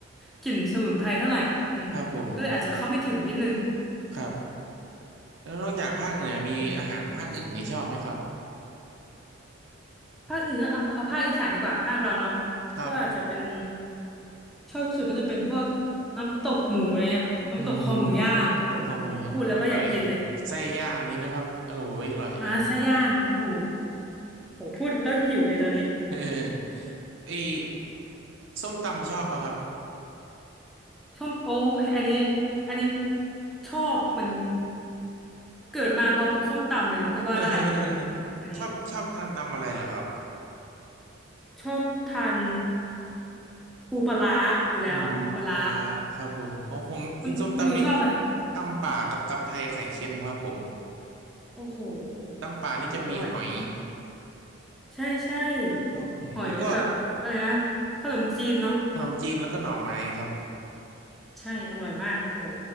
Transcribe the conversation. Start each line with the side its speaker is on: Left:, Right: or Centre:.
Centre: กลิ่นสมุนไพรเท่าไหร่อืมก็เลยอาจจะเข้าไม่ถึงนิดนึง
Right: ครับผมครับ แล้วนอกจากภาคเหนือมีอาหารภาคอื่นนี้ชอบไหมครับ
Centre: อืมภาคอื่นเอาเอาภาคอีสานดีกว่าภาคเราเนาะ
Right: ครับ
Centre: ก็อาจจะเป็นชอบที่สุดก็จะเป็นพวกน้ำตกหมูอะไรเงี้ยน้ำตกคอหมูย่างโอ้โห
Right: อืมน้ำตกคอหมูยังก็อร่อย
Centre: พูดแล้วก็อยากกินเลย
Right: ไส้ย่างนี้นะครับอร่อยอร่อยเลย
Centre: อ่าไส้ย่างโอ้โหโหพูดแล้วหิวเลยตอนนี้
Right: <laughs> เออไอส้มตำชอบปะครับ
Centre: ส้มโอ้ยอันนี้อันนี้ชอบเหมันเกิดมาพร้อมกับส้มตำเลยก็ว่าได้คุณอยู่อันนี้
Right: <laughs> ชอบชอบทานตำอะไรเหรอครับ
Centre: ชอบทานปูปลาร้าอยู่แล้วปูปลาร้า
Right: อืมปูปลาร้าครับผมของผมกินส้มตำนี่
Centre: คุณคุณอยู่ชอบอะไร
Right: ตำป่ากับตำไทยไข่เค็มครับผม
Centre: โอ้โห
Right: ตำป่านี่จะมีหอย
Centre: โอ้โหอร่อยใช่ใช่
Right: จ้องหอยแล้วก็
Centre: หอยกับอะไรนะขนมจีนเนาะ
Right: ขนมจีนแล้วก็หน่อไม้ครับ
Centre: ใช่อร่อยมากโอ้โห